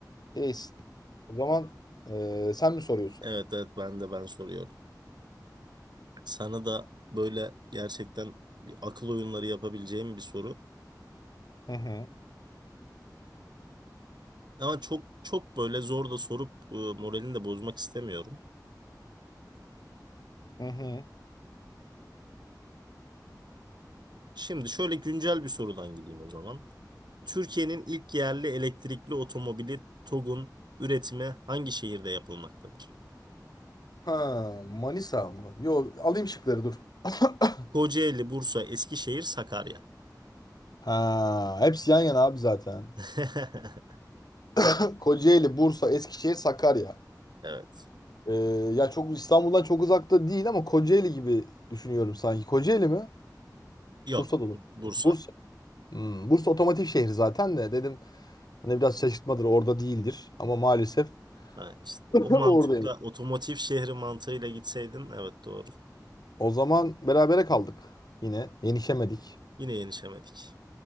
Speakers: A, on the left (about 65°); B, on the right (about 85°).
A: İyisin. O zaman e, sen mi soruyorsun?
B: Evet evet ben de ben soruyorum. Sana da böyle gerçekten bir akıl oyunları yapabileceğim bir soru.
A: Hı hı.
B: Ama çok çok böyle zor da sorup e, moralini de bozmak istemiyorum.
A: Hı hı.
B: Şimdi şöyle güncel bir sorudan gideyim o zaman. Türkiye'nin ilk yerli elektrikli otomobili TOGG'un üretimi hangi şehirde yapılmaktadır?
A: Ha, Manisa mı? Yo alayım şıkları dur. <coughs> <laughs>
B: Kocaeli, Bursa, Eskişehir, Sakarya.
A: Ha, hepsi yan yana abi zaten.
B: <laughs>
A: <coughs> <laughs> Kocaeli, Bursa, Eskişehir, Sakarya.
B: Evet.
A: Ee, ya çok İstanbul'dan çok uzakta değil ama Kocaeli gibi düşünüyorum sanki. Kocaeli mi?
B: Yok.
A: Bursa'da olur.
B: Bursa.
A: Bursa. Hmm, Bursa otomotiv şehri zaten de dedim hani biraz şaşırtmadır orada değildir ama maalesef
B: Ha işte.
A: <laughs>
B: O mantıkla
A: oradayım.
B: otomotiv şehri mantığıyla gitseydin evet doğru.
A: O zaman berabere kaldık yine yenişemedik.
B: Yine yenişemedik.